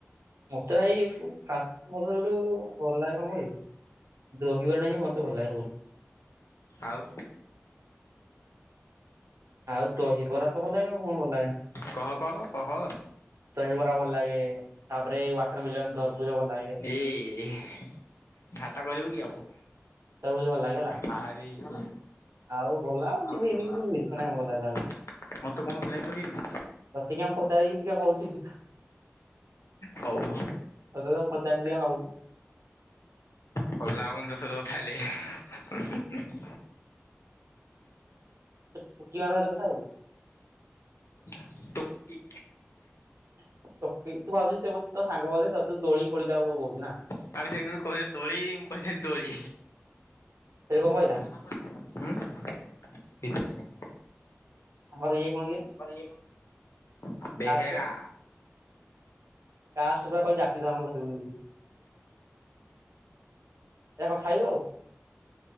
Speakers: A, on the right; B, on the left.
A: ମତେ ଭଇ ଫୁ ଫାଷ୍ଟ ଫୁଡ ସଠୁ ଭଲ ଲାଗେ କଣ କହିବି ଦହିବରା ଟା ହିଁ ମତେ ଭଲ ଲାଗେ ସବୁଠୁ।
B: ଆଉ
A: ଆଉ ଦହିବରା ତ ଭଲ ଲଗେ ଆଉ କଣ ଭଲଲଗେ <inaudible>
B: କହ କହ କହ
A: ତହିବରା କର ଭଲ ଲାଗେ, ତାପରେ ୱାଟର ମିଲନ ଧରପୁଜ ଭଲ ଲାଗେ
B: ଏଇ ହି ଖାତା କରିବୁ କି ଆଉ
A: ତରଭୁଜ ଭଲ ଲାଗେ ହେଲା
B: ନା ରେ ଓ
A: ଆଉ ଭଲ ଆଉ ଏମିତି
B: ମତେ
A: ଏମିତି କିଛି ମିଛ ନାହିଁ ଭଲ ଲାଗିଲା ବେଳେ
B: କଣ ହେଲା କହିବି?
A: ତତେ କିଆ ପଚାରିବି ତୁ କିଆ କହୁଚୁ ଟିକେ ରହ
B: ହଉ
A: ତତେ କଣ ପଚାରିଲି ଦେଖି କହିଲୁ।
B: ଭଲ ଲାଗୁନି ତୋ ସହିତ କଥା ହେଲେ।
A: ଟୋକି ମାନଙ୍କ ସହ କଥା ହେବୁ।
B: <unintelligible> ଟକି
A: <unintelligible> ଟକି ତୁ ଭାବୁଛୁ ସେ ମ ତ ସାଙ୍ଗ ବୋଧେ ତୁ ଦୋଳି ଫୋଳି ତାକୁ କହୁଛୁ ନା
B: <unintelligible> ତାପି କ ଦୋଳି ମୁ କ ଦୋଳି
A: ସେ କଣ କହିଲା
B: <unintelligible> ହୁଁ କିଛି ନାହିଁ।
A: ଆମର ଇଏ କଣ ଇଏ
B: ତମର ୟେ କଣ ବେହେରା
A: କାଷ୍ଟ କାଷ୍ଟ ବା କହିଲେ ଜାତି ଧର୍ମ ଧରିବୁନିି କିଛି ଏ କଣ ଖାଇବ ଆଉ?